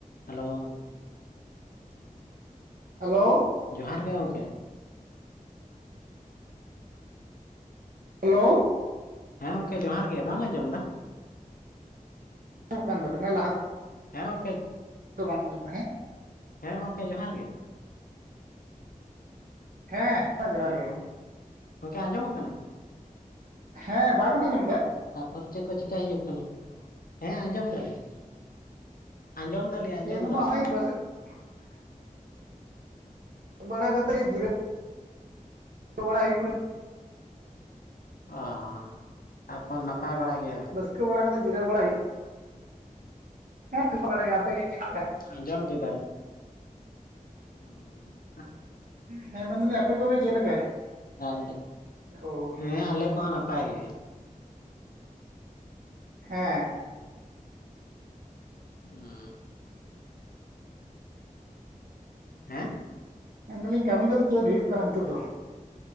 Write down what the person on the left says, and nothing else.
hello
ᱡᱚᱦᱟᱨ ᱜᱮ ᱜᱚᱝᱠᱮ᱾
ᱦᱮᱸ ᱜᱚᱝᱠᱮ ᱡᱚᱦᱟᱨ ᱜᱮ ᱵᱟᱢ ᱟᱸᱡᱚᱢ ᱫᱟ᱾
ᱦᱮᱸ ᱜᱚᱝᱠᱮ᱾
ᱦᱮᱸ ᱜᱚᱢᱠᱮ ᱡᱚᱦᱟᱨ ᱜᱮ᱾
ᱦᱮᱞᱳ
ᱜᱚᱢᱠᱮ ᱟᱸᱡᱚᱢ ᱠᱟᱱᱟ᱾
ᱛᱟᱨᱯᱚᱨ ᱪᱮᱫ ᱠᱚ ᱪᱤᱠᱟᱭ ᱦᱩᱭᱩᱜ ᱠᱟᱱᱟ ᱦᱮᱸ ᱟᱸᱡᱚᱢ ᱫᱟᱞᱤᱧ᱾ ᱟᱸᱡᱚᱢ ᱫᱟᱞᱤᱧ ᱟᱸᱡᱚᱢ
ᱫᱟᱞᱤᱧ
ᱚᱻ ᱛᱟᱯᱚᱨ ᱱᱟᱯᱟᱭ ᱵᱟᱲᱟ ᱜᱮᱭᱟ ᱵᱮᱱ?
ᱟᱸᱡᱚᱢ ᱠᱮᱫᱟ ᱞᱮ ᱩᱸᱻ
ᱟᱫᱚ
ᱦᱮᱸ ᱟᱞᱮ ᱠᱚᱦᱚᱸ ᱱᱟᱯᱟᱭ ᱜᱮ
ᱦᱩᱸᱻ ᱦᱮᱸ